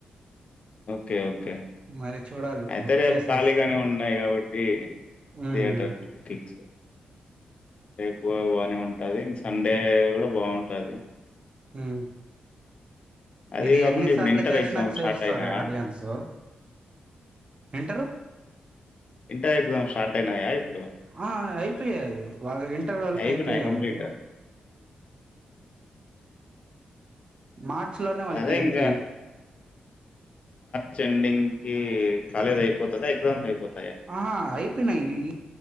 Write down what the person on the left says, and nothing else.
ఓకే ఓకే
అయితే
రేపు
ఖాళీగానే ఉన్నాయి కాబట్టి
థియేటర్ బుకింగ్స్ రేప్ పోవ్ బానే ఉంటాది ఇం సండే కూడా బాగుంటాది
అదీ
గాకుండా
ఇప్పుడు
ఇంటర్
ఎగ్జామ్స్
స్టార్ట్ అయినాయా?
ఇంటర్ ఎగ్జామ్ స్టార్ట్ అయినాయ ఇప్
అయిపోయినాయా
కంప్లీట్?
అదే
ఇంగా ర్చ్ ఎండింగ్ కి కాలేజ్ అయిపోతదా ఎగ్జామ్స్ అయిపో